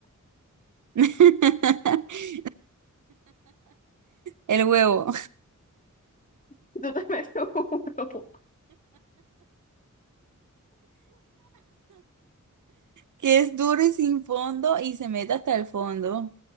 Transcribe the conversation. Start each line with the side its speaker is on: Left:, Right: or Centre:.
Right: <laughs> El huevo,
Left: <laughs> No te metes uno.
Right: que es duro y sin fondo y se mete hasta el fondo.